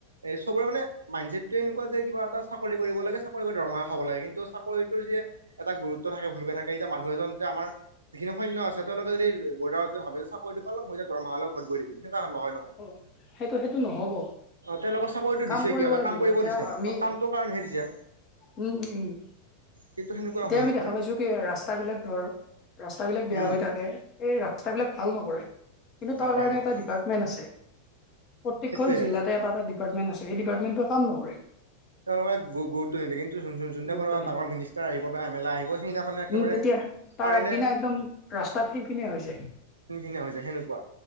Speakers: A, on the right (about 75°); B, on the left (about 35°).
A: এ চবৰে মানে মাইণ্ড চছেটোৱে এনেকুৱা যে কিবা এটা চাকৰি কৰিব লাগে চাকৰি কৰি দৰমহা খাব লাগে কিন্তু চাকৰিটোৰ যেে। এটা গুৰুত্ব থাকে ভুনকে থাকে যে মানুহ এজন যে আমাৰ। যিখিনিৈন্য আছে তেওঁোকে যদি বৰ্ডাৰত যে ভাবে যে চাকৰিটো পাল মই যে দৰমাহালৈ ঘৰত বহ থাকিম। তেনেকুৱা খন নহয় নহয়
B: অ সেইটো সেইটো নহ'ব
A: তেওঁলোকৰ চাকৰিত
B: কাম
A: দিছে কিয় এ
B: লাগিব
A: কাম কৰিব
B: এতিয়া
A: দিছে।
B: আমি
A: কামটো কাৰণ দিছে।
B: উম, উম, উম,
A: কিন্তু সেনেকুৱা
B: এতিয়া
A: হৈ
B: আমি
A: নপৰে।
B: দেখা পাইছো কি ৰাস্তাবিলাক ধৰ। ৰাস্তাবিলাক বেয়া
A: উম,
B: হৈ থাকে, এই ৰাস্তাবিলাক ভাল নকৰে কিন্তু
A: নকৰে
B: তাৰ কাৰণে
A: নকৰে
B: এটা ডিপাৰ্টমেণ্ট মেণ্ট আছে, প্ৰত্যেখন
A: সেইটোয়ে।
B: জিলাতে এটা এটা ডিপাৰ্টমেণ্ট আছে, সেই ডিপাৰ্টমেণ্টোৱে কাম নকৰে।
A: <inaudible> তেওঁলোকে গুৰুত্ব নিদে কিন্তু যোনদি
B: গুৰুত্ব
A: কোনোবা
B: নিদিয়ে
A: ডাঙৰ মিনিষ্টাৰ আহিব বা এম এল এ আহিব সেইদিনাখননে একেবাৰে।
B: উম তেতিয়া তাৰ
A: পাৰিলে
B: আগদিনা একদম ৰাস্তা ফিন পিনি হৈ যায়।
A: খিন খিনিয়া হৈ যায় সেনেকুৱা,